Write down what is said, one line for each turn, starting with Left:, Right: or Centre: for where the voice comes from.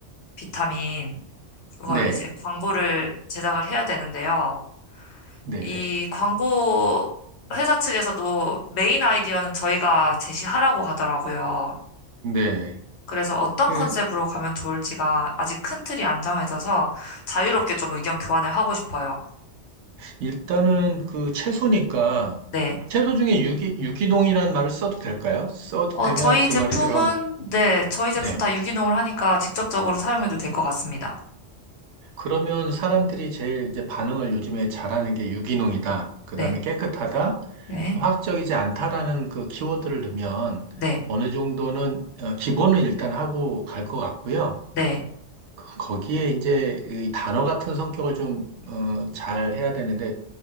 Left: 비타민, 그거를
Right: 네,
Left: 이제 광고를 제작을 해야 되는데요.
Right: 네,
Left: 이
Right: 네,
Left: 광고 회사 측에서도 메인 아이디어는 저희가 제시하라고 하더라고요.
Right: 네.
Left: 그래서 어떤
Right: 그
Left: 컨셉으로 가면 좋을지가 아직 큰 틀이 안 정해져서 자유롭게 좀 의견 교환을 하고 싶어요.
Right: 일단은 그 채소니까,
Left: 네.
Right: 채소 중에 유기, 유기농이라는 말을 써도 될까요? 써도
Left: 어,
Right: 되면
Left: 저희
Right: 그
Left: 제품은,
Right: 말이 들어가면,
Left: 네, 저희 제품
Right: 네.
Left: 다 유기농을 하니까 직접적으로 사용해도 될 것 같습니다.
Right: 그러면 사람들이 제일 이제 반응을 요즘에 잘하는 게 유기농이다, 그
Left: 네.
Right: 다음에 깨끗하다,
Left: 네.
Right: 화학적이지 않다라는 그 키워드를 넣으면
Left: 네,
Right: 어느 정도는, 어, 기본은 일단 하고 갈 것 같고요.
Left: 네,
Right: 거기에 이제 이 단어 같은 성격을 좀, 어, 잘 해야 되는데,